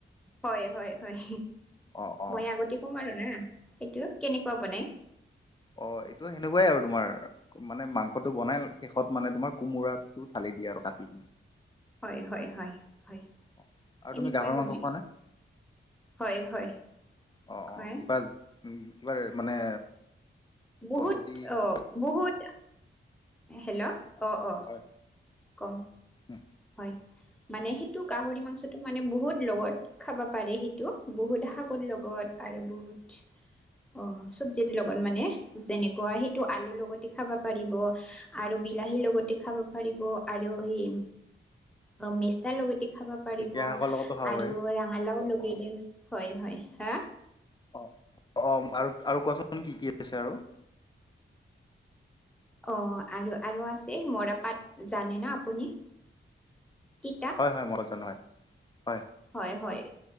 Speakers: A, in the centre; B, on the left.
A: হয় হয় হয়
B: অ অ
A: মই আগতে কম আৰু না। সেইটো কেনেকুৱা বনাই?
B: অ, এইটো সেনেকুৱাই আৰু তোমাৰ। মানে মাংসটো বনাই শেষত মানে, তোমাৰ কোমোৰাটো ঢালি দিয়ে আৰু কাটি।
A: হয় হয় হয় হয়।
B: অ আৰু
A: সেনেকুৱাই
B: তুমি গাহৰি
A: বনাই
B: মাংস খোৱা নে?
A: হয় হয়
B: অ',
A: খুৱাই।
B: অ', কিবা উম, কিবাৰ মানে
A: বহুত
B: পদ্ধতি
A: অ
B: কিবা
A: বহুত হেল্ল অ অ।
B: হয়।
A: ক
B: উম
A: হয়, মানে সেইটো গাহৰি মাংসটো মানে বহুত লগত। খাবা পাৰি সেইটো বহুত শাকৰ লগত আৰু বহুত। অ, চব্জি লগত মানে যেনেকুৱা সেইটো আলুৰ লগতে খাব পাৰিব। আৰু বিলাহীৰ লগতে খাব পাৰিব আৰু হেৰি অ, মেষ্টা লগতে খাব পাৰিব
B: ঢেকীয়া শাকৰ লগতো খাব
A: আৰু
B: পাৰি।
A: ৰঙালাও লগতে।
B: অ',
A: হয় হয় হা
B: অ অ আৰু আৰু কোৱাচোন কি কি আছে আৰু?
A: অ আৰু আৰু আছে মৰাপাট জানে না আপুনি তি
B: হয় হয় মই জানো হয় হয়
A: হয় হয়